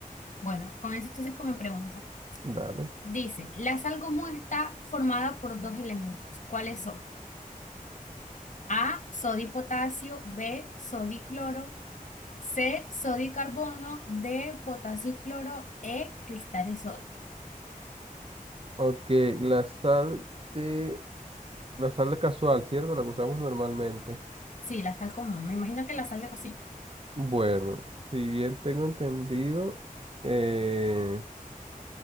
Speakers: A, on the left; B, on the right.
A: bueno, comienzo entonces con mi pregunta.
B: Dale.
A: Dice, la sal común está formada por dos elementos. ¿Cuáles son? A, sodio y potasio, B, sodio y cloro, C, sodio y carbono, D, potasio y cloro, E, cristal y sodio.
B: Ok, la sal de... La sal casual, ¿cierto? La que usamos normalmente.
A: Sí, la sal común. Me imagino que la sal de cocina.
B: Bueno, si bien tengo entendido, eh,